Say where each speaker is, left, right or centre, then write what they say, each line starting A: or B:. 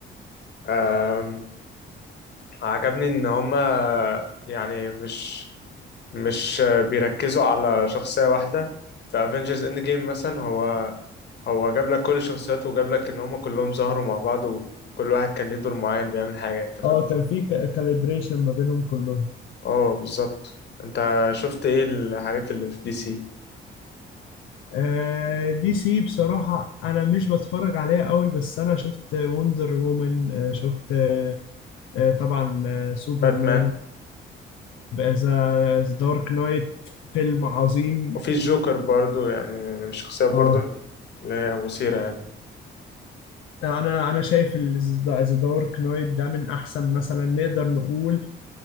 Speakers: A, on the left; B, on the left.
A: عجبتني عجبني ان هما يعني مش مش بيركزوا على شخصية واحدة في افنجرز اند جيم مثلا هو هو جاب لك كل الشخصيات وجاب لك ان هما كلهم ظهروا مع بعض وكل واحد كان ليه دور معين بيعمل حاجة انت فاهم
B: اه كان في كاليبريشن ما بينهم كلهم
A: اه بالظبط انت شفت ايه الحاجات اللي في دي سي
B: آه، دي سي بصراحة أنا مش بتفرج عليها قوي بس أنا شفت وندر وومن آه، شفت آه، آه، طبعا آه، سوبرمان
A: باتمان
B: ذا دارك نايت فيلم عظيم
A: وفي الجوكر برضو يعني من الشخصيات برضو
B: اه
A: اللي هي مثيرة يعني
B: أنا أنا شايف ذا دارك نايت ده من أحسن مثلا نقدر نقول